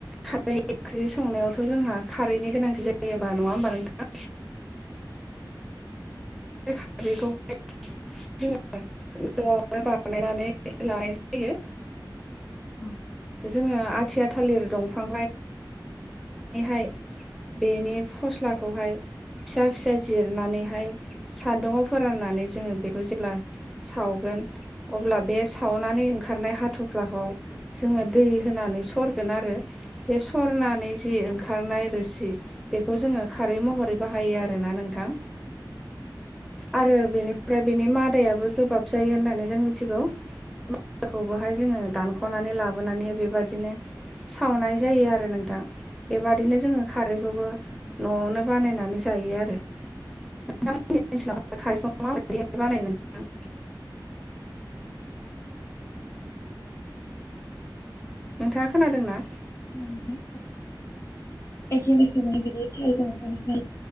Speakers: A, in the centre; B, on the left.
A: खारै ओंख्रि संनायावथ जोंहा खारैनि गोनांथि जायो होमबा नङा होमबा नोंथाङा? <unintelligible> जोङो नआवनो बानायनानै लानाय जायो
B: औ।
A: जोङो आथिया थालिर दंफां <unintelligible> बेनि फस्लाखौहाय फिसा फिसा जिरनानैहाय सान्दुंआव फोराननानै जोङो बेखौ जेब्ला सावगोन अब्ला बे सावनानै ओंखारनाय हाथफ्लाखौ जोङो दै होनानै सरगोन आरो बे सरनानै जि ओंखारनाय रोसि बेखौ जोङो खारै महरै बाहायो आरोना नोंथां आरो बेनि ओमफ्राय बेनि मादायाबो गोबाब जायो होननानै जों मिथिगौ मादाखौबोहाय जोङो दानख माने लाबोनानै बेबायदिनो सावनाय जायो आरो नोंथां। बेबादिनो जोङो खारैखौबो नआवनो बानायनानै जायो आरो। <unintelligible> नोंथाङा खोनादों ना?
B: <unintelligible> एखे रोखोमै बिदि थाल दंफांनिफाय,